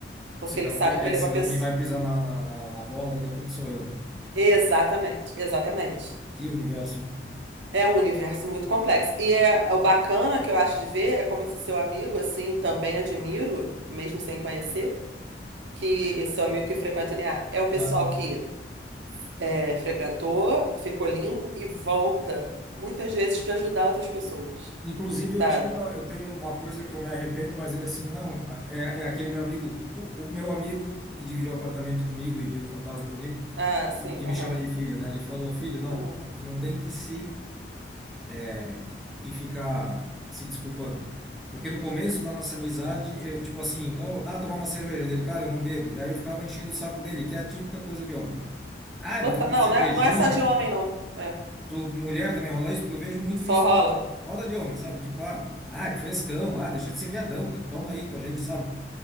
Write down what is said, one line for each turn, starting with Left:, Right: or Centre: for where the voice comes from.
Right: porque
Centre: Senão,
Right: ele sabe
Centre: que- é,
Right: que ele
Centre: senão
Right: é uma pessoa.
Centre: quem vai pisar na, na, na, na bola daqui a pouco sou eu, né?
Right: Exatamente, exatamente.
Centre: Que universo, hein?
Right: É
Centre: Bizarro.
Right: um universo muito complexo. E é, é o bacana que eu acho de ver é como esse seu amigo, assim, também admiro, mesmo sem conhecer, que esse seu amigo que frequenta o NA é o pessoal
Centre: Ah.
Right: que é, frequentou, ficou limpo e volta muitas vezes para ajudar outras pessoas,
Centre: Inclusive, eu
Right: sabe?
Centre: tinha, eu tenho uma coisa que eu me arrependo, mas ele assim, não, é, é aquele meu amigo, o, o meu amigo que dividiu o apartamento comigo e viu o fantasma comigo,
Right: Ah, sim,
Centre: que, que me
Right: aham,
Centre: chama de filho, né? Ele falou, filho, não,
Right: aham.
Centre: tu não tem que se, é, que, que que ficar se desculpando. Porque no começo da nossa amizade, eu, tipo assim, oh, ah, tomar uma cerveja dele, cara, eu não bebo. Aí eu ficava enchendo o saco dele, que é a típica coisa de homem. Ah,
Right: Não,
Centre: não, tomar
Right: tá- não,
Centre: uma cervejinha.
Right: não é, não é só de homem, não. É,
Centre: Tu, mulher também rola isso, porque eu vejo muito
Right: só
Centre: isso
Right: rola.
Centre: em roda de homem, sabe? Tipo, ah, ah, que frescão, ah, deixa de ser viadão, cara, toma aí com a gente, sabe?